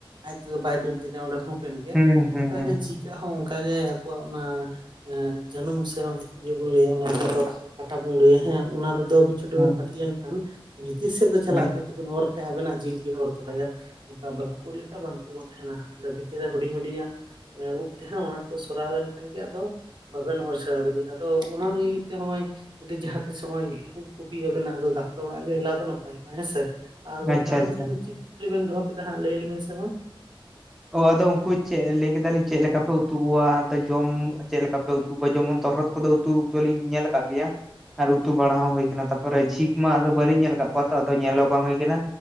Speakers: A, on the right; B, in the centre.
A: ᱟᱡ ᱛᱮᱫᱚ ᱵᱟᱭ ᱫᱟᱹᱲ ᱫᱟᱲᱮᱭᱟᱜ- ᱟᱭ ᱚᱸᱰᱮ ᱦᱩᱠ ᱯᱮᱱ ᱜᱮ
B: ᱦᱩᱸ ᱦᱩᱸ
A: ᱚᱝᱠᱟᱜᱮ
B: ᱦᱩᱸ
A: ᱡᱤᱠ-ᱟᱜ ᱦᱚᱸ ᱚᱝᱠᱟᱜᱮ ᱟᱠᱚᱣᱟᱜ ᱚᱱᱟ ᱮᱸ ᱡᱟᱹᱱᱩᱢ ᱥᱮ ᱤᱭᱟᱹ ᱵᱚᱱ ᱞᱟᱹᱭᱟ ᱚᱱᱟ ᱫᱚ ᱠᱟᱴᱟ ᱵᱚᱱ ᱞᱟᱹᱭᱟ ᱦᱮᱸ ᱚᱱᱟ ᱨᱮᱫᱚ ᱪᱷᱳᱴᱳ
B: ᱦᱩᱸ
A: ᱵᱮᱱ ᱯᱟᱹᱴᱤ ᱞᱮᱱᱠᱷᱟᱱ ᱵᱷᱤᱛᱤᱨ ᱥᱮᱫ ᱫᱚ ᱪᱟᱞᱟᱜᱼᱟ
B: ᱦᱩᱸ
A: ᱠᱤᱱᱛᱩ ᱵᱤᱱ ᱚᱨ ᱠᱷᱟᱡ ᱟᱵᱮᱱᱟᱜ ᱡᱤᱞ ᱜᱮ ᱚᱨ ᱛᱚᱨᱟᱭᱟ ᱚᱝᱠᱟ ᱵᱟᱠᱩ ᱜᱚᱜ ᱞᱮᱠᱷᱟᱡ ᱵᱟᱝᱠᱩᱜ ᱠᱚ ᱛᱟᱦᱮᱱᱟ ᱚᱸᱰᱮ ᱵᱷᱤᱛᱤᱨ ᱨᱮ ᱦᱩᱰᱤᱧ ᱦᱩᱰᱤᱧᱟᱜ ᱩᱵ ᱛᱟᱦᱮᱱᱟ ᱚᱱᱟ ᱠᱚ ᱥᱚᱨᱟᱣ ᱞᱮᱱᱠᱷᱟᱱ ᱜᱮ ᱟᱫᱚ ᱵᱟᱵᱮᱱ ᱚᱨ ᱪᱷᱟᱲᱟᱣ ᱫᱟᱲᱮᱭᱟᱜᱼᱟ ᱟᱫᱚ ᱚᱱᱟ ᱞᱟᱹᱜᱤᱫ ᱛᱮ ᱱᱚᱸᱜ ᱚᱭ ᱡᱩᱫᱤ ᱡᱟᱦᱟᱸ ᱛᱤᱥ ᱦᱚᱜᱼᱚᱭ ᱩᱵ ᱠᱚ ᱵᱤᱜ-ᱟ ᱵᱤᱱᱟ ᱟᱫᱚ ᱰᱟᱠᱛᱟᱨ ᱚᱲᱟᱜ ᱜᱮ ᱦᱮᱞᱟᱣ ᱫᱚ ᱱᱟᱯᱟᱭᱚᱜ ᱦᱮᱸᱥᱮ ᱾ ᱟᱨ ᱜᱚᱝᱠᱮ
B: ᱟᱪᱪᱷᱟ
A: ᱟᱨᱚ
B: ᱟᱪᱪᱷᱟ
A: ᱢᱤᱫᱴᱮᱱ ᱪᱮᱜ ᱠᱩᱠᱞᱤ ᱵᱮᱱ ᱫᱚᱦᱚ ᱠᱮᱫᱟ ᱦᱟᱸᱜ ᱞᱟᱹᱭ ᱞᱮᱵᱤᱱ ᱥᱮ ᱢᱟ
B: ᱚ ᱟᱫᱚ ᱩᱱᱠᱩ ᱪᱮᱜ ᱞᱟᱹᱭ ᱠᱮᱫᱟ ᱞᱤᱧ ᱪᱮᱫ ᱞᱮᱠᱟᱯᱮ ᱩᱛᱩ ᱠᱚᱣᱟ ᱟᱫᱚ ᱡᱚᱢ ᱪᱮᱜ ᱞᱮᱠᱟᱯᱮ ᱩᱛᱩ ᱠᱚᱣᱟ ᱡᱮᱢᱚᱱ ᱛᱚᱨᱦᱚᱫᱽ ᱠᱚᱫᱚ ᱩᱛᱩ ᱩᱛᱩ ᱞᱤᱧ ᱧᱮᱞ ᱠᱟᱜ ᱜᱮᱭᱟ ᱾ ᱟᱨ ᱩᱛᱩ ᱵᱟᱲᱟ ᱦᱚᱸ ᱦᱩᱭ ᱠᱟᱱᱟ ᱛᱟᱨᱴᱯᱚᱨᱮ ᱡᱷᱤᱠ ᱢᱟ ᱟᱫᱚ ᱵᱟᱹᱞᱤᱧ ᱧᱮᱞ ᱠᱟᱜ ᱠᱚᱣᱟ ᱛᱚ ᱟᱫᱚ ᱧᱮᱞᱚ ᱦᱚᱸ ᱵᱟᱝ ᱦᱩᱭ ᱠᱟᱱᱟ